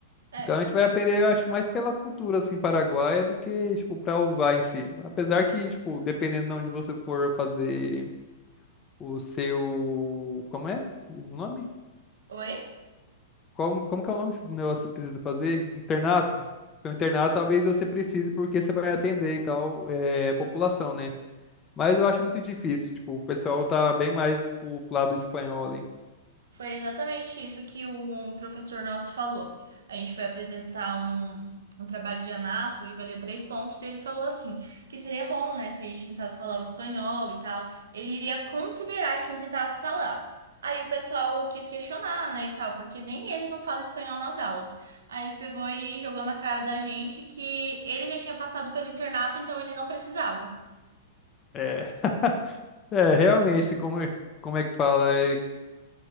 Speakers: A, on the right (about 80°); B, on the left (about 25°).
A: É.
B: Então a gente vai aprender, eu acho, mais pela cultura, assim, paraguaia do que, tipo, pra usar em si. Apesar que, tipo, dependendo de onde você for fazer o seu. Como é o nome?
A: Oi?
B: Como, como que é o nome do negócio que você precisa fazer? Internato? Então, internato talvez você precise, porque você vai atender e tal, é, a população, né? Mas eu acho muito difícil. Tipo, o pessoal tá bem mais pro, pro lado espanhol ali.
A: Foi exatamente isso que o- um professor nosso falou. A gente foi apresentar um, um trabalho de anato e valia três pontos, e ele falou assim, que seria bom, né, se a gente tentasse falar o espanhol e tal. Ele iria considerar quem tentasse falar. Aí o pessoal quis questionar, né, e tal, porque nem ele não fala espanhol nas aulas. Aí ele pegou e jogou na cara da gente que ele já tinha passado pelo internato, então ele não precisava.
B: É, <laughs> é realmente, como, é- como é que fala? É,